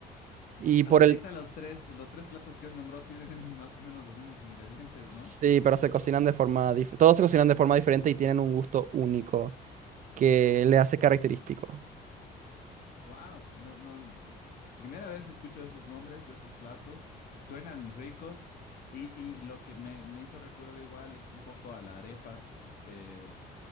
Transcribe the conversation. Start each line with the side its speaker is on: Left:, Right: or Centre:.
Right: Y
Left: Hasta
Right: por el...
Left: ahorita los tres, los tres platos que has nombrado tienen <laughs> más o menos los mismos ingredientes,
Right: Sí,
Left: ¿no?
Right: pero se cocinan de forma dif- Todos se cocinan de forma diferente y tienen un gusto único que le hace característico.
Left: Wow, no, no, primera vez que escucho esos nombres de esos platos, suenan ricos y, y lo que me, me hizo recuerdo igual es un poco a la arepa. eh,